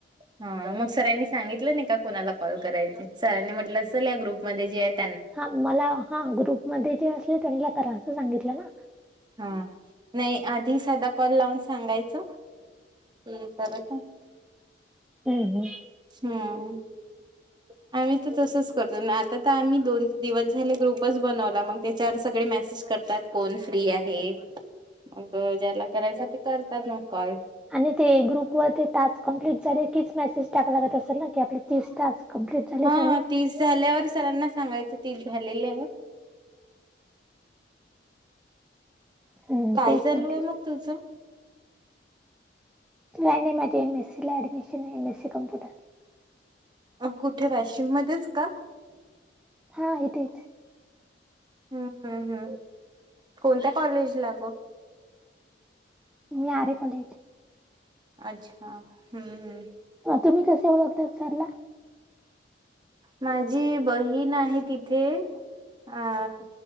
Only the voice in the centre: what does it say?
हा मला हा ग्रुपमध्ये जे असले त्यांला करा असं सांगितलं ना.
उम्म हम्म.
<inaudible>
आणि ते ग्रुप वर ते टास्क कंप्लीट झाले कीच मेसेज टाकला लागत असेल ना की आपली तीस टास्क कंप्लीट झाले
सर्व?
हम्म,
तेच
म्हटलं.
नाही नाही माझे एम एसी ला ऍडमिशन आहे एम एसी कम्प्युटर.
हा इथेच
मी आरे कॉलेज
तुम्ही कसे ओळखतात सर ला?